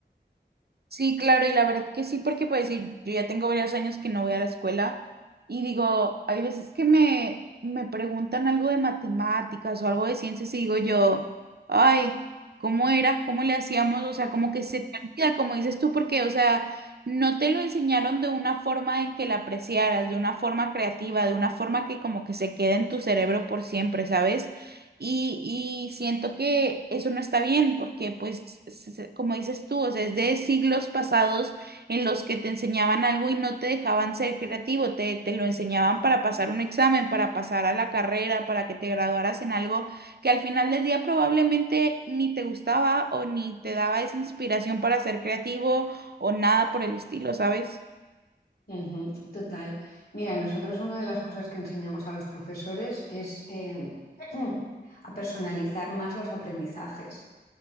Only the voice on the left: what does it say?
Ujú, total. Mira, nosotros una de las cosas que enseñamos a los profesores es em, <clears throat> a personalizar más los aprendizajes.